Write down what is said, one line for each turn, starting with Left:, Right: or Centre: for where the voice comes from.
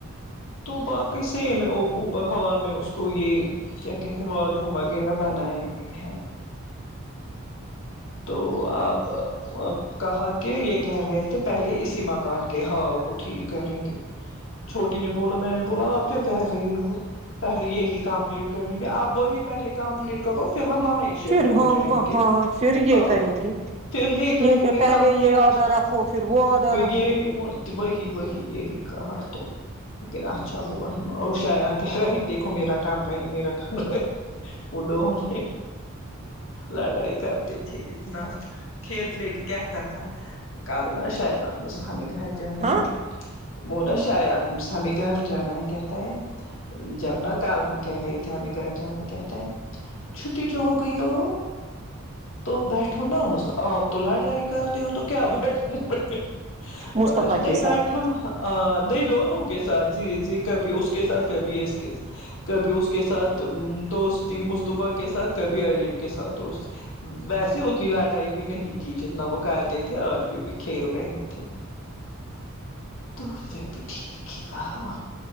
Left: تو باقی سیم اوپر ہال میں اس کو یے کیا کہتے ہیں باتھ روم وغیرہ بنائے گئے ہیں تو اب کہا کہ یے کہہ رہے تھے پہلے اسی مکان کے حال کو ٹھیک کریں گے چھوٹی نے بولا میں نے بولا آپ کیا کہہ رہے ہو پہلے یہی کمپلیٹ کریں گے آپ وہی پہلے کمپلیٹ کرو پھر ہم وہیں شفٹ
Right: پھر
Left: ہو
Right: ہم
Left: جائیں گے
Right: ہاں پھر یے
Left: ہاں
Right: کریں گے
Left: پھر یہ کریں
Right: یے کیا
Left: گے
Right: پہلے
Left: کمپلیٹ
Right: یے آدا رکھو پھر وہ آدا رکھو
Left: یہ وہی وہی یہی کہا تو لیکن اچھا ہوا ہے اوشایان کہہ رہے ہیں دیکھو میرا کام کریں میرا اڈور لڑائی کر تے تھے اتنا کھیل تو لیکن کیا تھا کال نا شایان <unintelligible> ہمیں گھر جانا
Right: ہاں
Left: ہے وہ نا شایام ہمیں گھر جانا ہے کہتا ہے جب ن کال ہم کہہ گئے تھے ہمیں گھر جانا کہتے ہیں چھٹی جو ہو گئی او تو بیٹھو نا بس آپ تو لڑائی کرتے ہو تو کیا بیٹھوں میں
Right: مصطفی
Left: والچ نہیں
Right: کے ساتھ
Left: بیٹھو نہا نہیں دونوں کے ساتھ جی جی کبھی اس کے ساتھ کبھی اس کے ساتھ کبھی اس کے ساتھ دوستی مصطفی کے ساتھ کبھی علیم کے ساتھ دوستی ویسے اتنی لڑائی بھی نہیں کی جتنا وہ کہتے تھے آج پھر بھی کھیل رہے تھے تو اس نے بھی ٹھیک ہی کہا